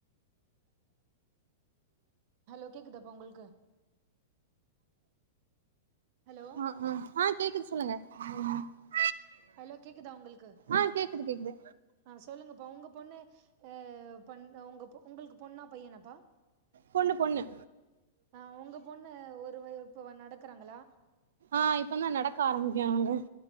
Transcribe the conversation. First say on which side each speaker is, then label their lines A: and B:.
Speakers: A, on the right; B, on the right.
A: ஹலோ கேக்குதாப்ப உங்களுக்கு ஹலோ
B: ஆஹ் ஹ் ஆஹ் கேக்குது சொல்லுங்க <unintelligible>
A: ஹலோ கேக்குதா உங்களுக்கு
B: ஆ கேக்குது கேக்குது
A: ஆஹ் சொல்லுங்கப்ப உங்க பொண்ணு யா பண் உங்க உங்களுக்கு பொண்ணா பையனப்பா
B: பொண்ணு பொண்ணு
A: ஆஹ் உங்க பொண்ணு ஒரு வய இப்போ நடக்குறாங்களா
B: ஆஹ் இப்ப தான் நடக்க ஆரம்பிக்காங்க